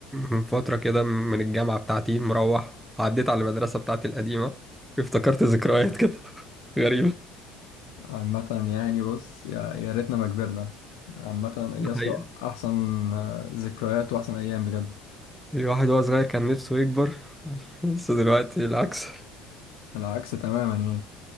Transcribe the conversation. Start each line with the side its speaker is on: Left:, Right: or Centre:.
Centre: من فترة كده من الجامعة بتاعتي مروح عديت على المدرسة بتاعتي القديمة افتكرت ذكريات كده <laughs> غريبة
Left: عامه يعني بص يا يا ريتنا ما كبرنا عامه يا
Centre: ده حقيقة
Left: اسطى احسن آه، ذكريات واحسن ايام بجد
Centre: الواحد وهو صغير كان نفسه يكبر <laughs> بس دلوقتي العكس
Left: العكس تماما يعني